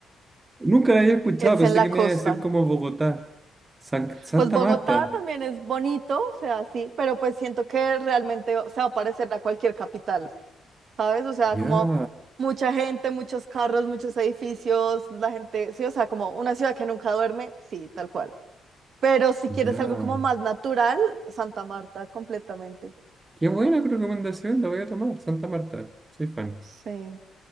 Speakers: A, on the right; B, on the right.
A: Nunca la había escuchado,
B: que es
A: pensé
B: en la
A: que
B: costa.
A: me iba a decir como Bogotá. San- Santa
B: Pues Bogotá
A: Marta.
B: también es bonito, o sea, sí, pero pues siento que realmente, o sea, va a parecer a cualquier capital, ¿sabes? O sea,
A: Ya,
B: como mucha gente, muchos carros, muchos edificios, la gente, sí, o sea, como una ciudad que nunca duerme, sí, tal cual. Pero si
A: ya.
B: quieres algo como más natural, Santa Marta, completamente.
A: Qué buena recomendación, la voy a tomar. Santa Marta, soy fan.
B: Sí.